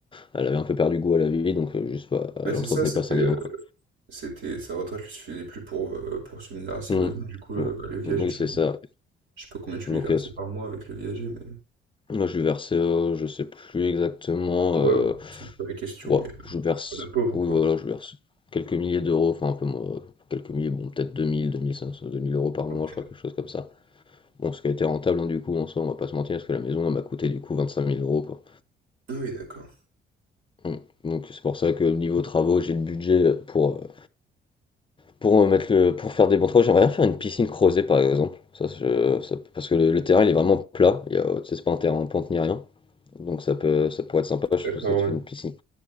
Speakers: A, on the left; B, on the right.
A: elle avait un peu perdu goût à la vie, donc euh, juste, bah, elle
B: Bah, c'est
A: entretenait
B: ça, c'était,
A: pas sa
B: euh,
A: maison, quoi.
B: c'était, sa retraite lui suffisait plus pour, euh, pour subvenir à ses
A: Mm.
B: besoins. Du coup, euh,
A: Bon.
B: bah, le viager,
A: Oui,
B: tu
A: c'est
B: lui,
A: ça.
B: je sais pas combien tu
A: Donc,
B: lui versais
A: euh,
B: par mois avec le viager, mais.
A: moi, je lui versais, euh, je sais plus exactement,
B: Ouais,
A: euh,
B: c'est pas la question,
A: ouais,
B: mais heu,
A: je lui verse,
B: la pauvre,
A: oui,
B: quoi.
A: voilà, je lui verse quelques milliers d'euros, enfin, un peu moins, euh, quelques milliers, bon, peut-être 2000, 2000 euros par
B: OK.
A: mois, je crois, quelque chose comme ça. Bon, ce qui a été rentable, hein, du coup, en soi, on va pas se mentir, parce que la maison, elle m'a coûté, du coup, vingt cinq mille euros, quoi.
B: Ah oui, d'accord.
A: Mm. Donc c'est pour ça que niveau travaux, j'ai le budget pour, euh, pour euh, mettre le, pour faire des bons travaux. J'aimerais bien faire une piscine creusée par exemple. Ça, je- ça- parce que le, le terrain il est vraiment plat. Il y a, tu sais, c'est pas un terrain en pente ni rien. Donc ça peut ça pourrait être sympa. Je
B: D'accord,
A: pense que tu
B: ouais.
A: fais une piscine,